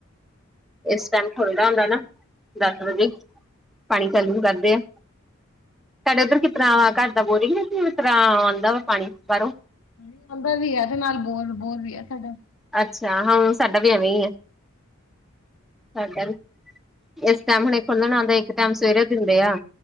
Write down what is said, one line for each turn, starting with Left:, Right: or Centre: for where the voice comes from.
Centre: ਇਸ ਟਾਈਮ ਖੁੱਲਦਾ ਹੁੰਦਾ ਨਾ ਦਸ ਵਜੇ ਪਾਣੀ ਚਾਲੂ ਕਰਦੇ ਆ ਸਾਡੇ ਉੱਧਰ ਕਿਸ ਤਰ੍ਹਾਂ ਘਰ ਦਾ ਬੋਰ ਨਾ ਤਰ੍ਹਾਂ ਆਉਂਦਾ ਵਾ ਪਾਣੀ ਬਾਹਰੋਂ
Left: ਹ ਆਦਾ ਵੀ ਆ ਤੇ ਨਾਲ ਬੋਰ ਬੋਰ ਵੀ ਆ ਸਾਡਾ
Centre: ਅੱਛਾ ਹਾਂ ਸਾਡਾ ਵੀ ਐਵੇਂ ਹੀ ਆ ਸਾਡਾ ਵੀ ਇਸ ਟਾਈਮ ਹੁਣੇ ਖੁੱਲਣ ਆਉਂਦਾ ਇੱਕ ਟਾਈਮ ਸਵੇਰੇ ਦਿੰਦੇ ਆ